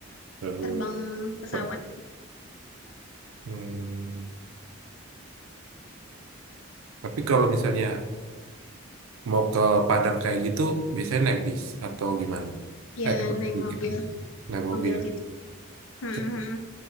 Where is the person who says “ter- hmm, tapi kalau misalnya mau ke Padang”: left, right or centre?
Right